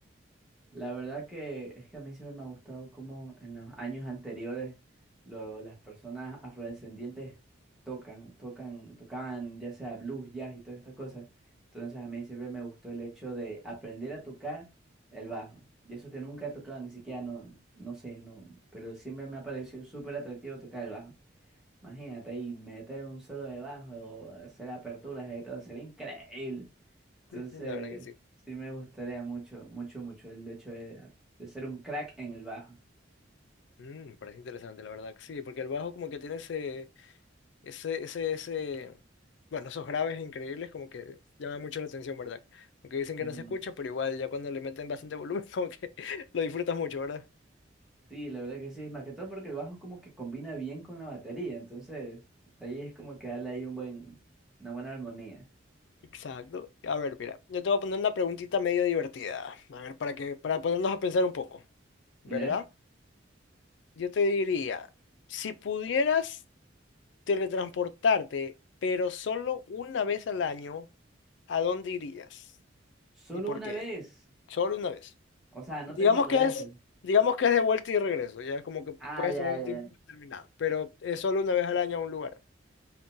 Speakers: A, in the centre; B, on the left.
A: La verdad que es que a mí siempre me ha gustado cómo en los años anteriores lo- las personas afrodescendientes tocan, tocan, tocaban ya sea blues, jazz y todas estas cosas. Entonces a mí siempre me gustó el hecho de aprender a tocar el bajo. Y eso que nunca he tocado, ni siquiera, no, no sé, no, pero siempre me ha parecido súper atractivo tocar el bajo. Imagínate ahí meter un solo de bajo, hacer aperturas y todo, sería increíble. Entonces,
B: <laughs> La verdad que sí.
A: sí me gustaría mucho, mucho, mucho el hecho de, de ser un crack en el bajo.
B: Mm, me parece interesante, la verdad que sí, porque el bajo como que tiene ese, ese, ese, ese, bueno, esos graves increíbles como que llaman mucho la atención, ¿verdad? Aunque dicen que
A: Ujú.
B: no se escucha, pero igual ya cuando le meten bastante volumen <laughs> como que lo disfrutas mucho, ¿verdad?
A: Sí, la verdad que sí, más que todo porque el bajo como que combina bien con la batería, entonces ahí es como que darle ahí un buen, una buena armonía.
B: Exacto. A ver, mira, yo te voy a poner una preguntita medio divertida. A ver, para que, para ponernos a pensar un poco, ¿verdad?
A: ¿Ya?
B: Yo te diría, si pudieras teletransportarte, pero solo una vez al año, ¿a dónde irías?
A: Solo
B: ¿Y por
A: una
B: qué?
A: vez,
B: Solo una vez.
A: o sea, no
B: Digamos
A: tengo regreso.
B: que es, digamos que es de vuelta y regreso, ya como que
A: Ah,
B: puedes
A: ya,
B: tener un
A: ya,
B: tiempo determinado, pero es solo una vez al año a un lugar.